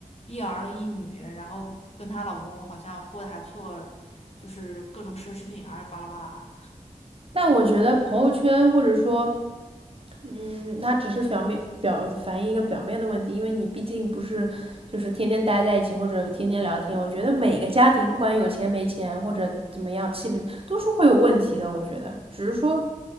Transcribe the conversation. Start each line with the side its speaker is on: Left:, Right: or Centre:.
Left: 一儿一女，然后跟她老公好像过得还不错，就是各种奢侈品啊，巴拉巴拉。
Right: 但我觉得朋友圈或者说，嗯，它只是表面表反映一个表面的问题，因为你毕竟不是就是天天待在一起或者天天聊天。我觉得每个家庭不管有钱没钱或者怎么样，气不都是会有问题的。我觉得只是说